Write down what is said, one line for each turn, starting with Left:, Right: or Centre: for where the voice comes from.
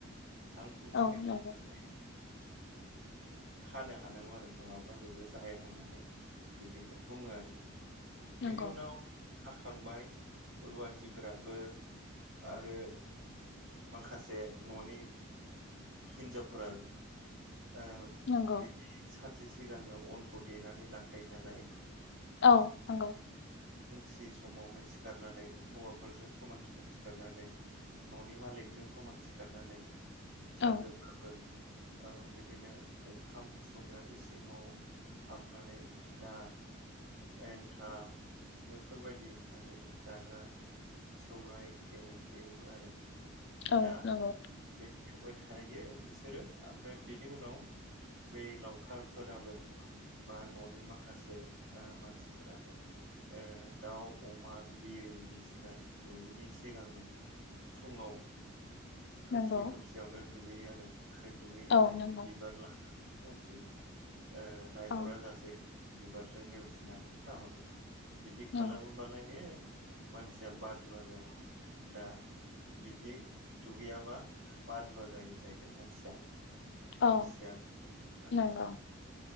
Right: हां खंसेनो
Left: औ
Right: खाखानाय
Left: नंगौ
Right: खानो हानांगौ आरो नङाब्ला बेबो जाया होननानै बिदिनो बुङो आरो
Left: नंगौ
Right: बेनि उनाव थांबाय रुवाथिफोराबो आरो माखासे ननि हिनजावफोरा औ
Left: नंगौ
Right: बे सानसे सि सिगांनो अनखौ देनानै लाखायो नालाय
Left: औ नंगौ
Right: सि समावनो सिखारनानै हौवाफोरजों समान समान सिखारनानै ननि मालिकजों समान सिखारनानै फिसाजोफ्राबो
Left: औ
Right: औ बिद दिनो ओंखाम संग्रा इसिङाव हाबनानै फिथा एन्थाब बेफोरबायदि माने जाग्रा सौराय एव एवो आरो
Left: औ
Right: दा
Left: नंगौ।
Right: बे एवबाय थायो बिसोरो ओमफ्राय बेनि उनाव बै लावखारफोराबो बा ननि माखासे ओ मानसिफोराबो ओ दाउ अमा बिरिनि सिगां नुयैनि सिगांनो फुङाव खोमसि
Left: नंगौ
Right: खोमसियावनो दुगै आरो फाय दुगै गायनानै
Left: औ नंगौ
Right: बिबार लानानै मनथिं ओ नायहरा
Left: औ
Right: जासे बिबारजों नेवसिनानै गाहरो बिदि
Left: नंगौ
Right: खालामोबालाय नो मानसिया बादुवा जाया दा बिदि दुगैयाबा बादुवा जायो जाहैदों मानसिया
Left: औ
Right: अलसिया माने
Left: नंगौ